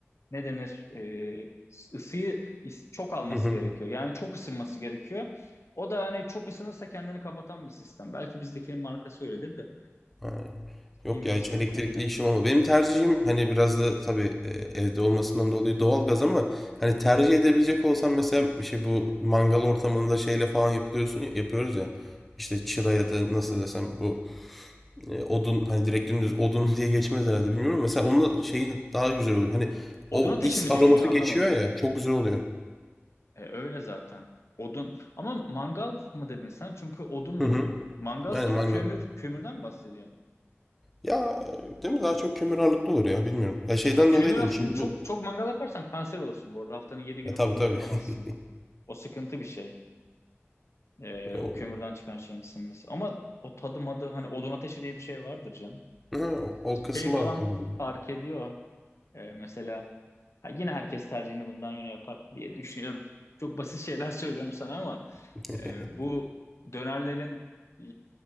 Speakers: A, on the left; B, in the centre.
A: ne denir? E, ısıyı is- çok alması
B: Hı hı.
A: gerekiyor. Yani çok ısınması gerekiyor. O da hani çok ısınırsa kendini kapatan bir sistem. Belki bizdekinin markası öyledir de.
B: Ha. Yok
A: Siemens
B: ya hiç elektrikli
A: marka mı ne?
B: işim olmadı. Benim tercihim hani biraz da tabii e, evde olmasından dolayı doğalgaz ama hani tercih edebilecek olsam mesela şey bu mangal ortamında şeyle falan yapılıyorsun ya- yapıyoruz ya. İşte çıra ya da nasıl desem bu E, odun hani direkt dümdüz odun <laughs> diye geçmez herhalde bilmiyorum ama mesela onun şeyi daha güzel oluyor. Hani
A: Odun
B: o
A: ateşi
B: is
A: mi
B: aroması
A: diyorsun ya? Anlamadım.
B: geçiyor ya çok güzel oluyor.
A: E, öyle zaten. Odun. Ama mangal mı dedin sen? Çünkü odun mu
B: Hı hı.
A: dedin? Mangalsa
B: Yani mangal.
A: kömür, kömürden mi bahsediyorsun?
B: Ya değil mi daha çok kömür ağırlıklı olur ya bilmiyorum. Ya şeyden
A: Ha, kömür
B: dolayı dedim
A: aslında
B: çünkü
A: çok
B: bu
A: çok mangal yaparsan kanser olursun bu arada. Haftanın yedi günü
B: ya tabii
A: mangal
B: tabii.
A: yapamazsın.
B: <laughs>
A: O sıkıntı bir şey. Ee,
B: O,
A: o kömürden çıkan şeyin sinmesi. Ama o tadı madı hani odun ateşi diye bir şey vardır canım.
B: ha, o, o kısmı
A: Şey falan
B: aslında bir.
A: fark ediyor. Ee, mesela ha, yine herkes tercihini bundan yöne yapar diye düşünüyorum. Çok basit şeyler <laughs> söylüyorum sana ama
B: <laughs>
A: e, bu dönerlerin e,